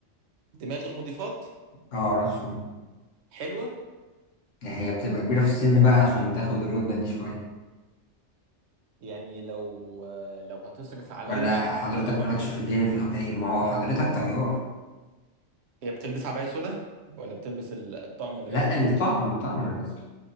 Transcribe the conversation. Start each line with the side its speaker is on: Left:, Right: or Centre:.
Right: دماغ المضيفات
Left: اه راسهم
Right: حلوه
Left: هي بتبقى كبيرة في السن بقى عشان تاخد الرتبة دي شوية
Right: يعني لو لو هتصرف عليا
Left: ولا حضرتك
Right: انا
Left: مالكش
Right: انا موافق
Left: في الدين في الحقيقة ما هو حضرتك طيار
Right: هي بتلبس عباية سودا ولا بتلبس ال- الطقم الرسمي
Left: لا الطقم الطقم الرسمي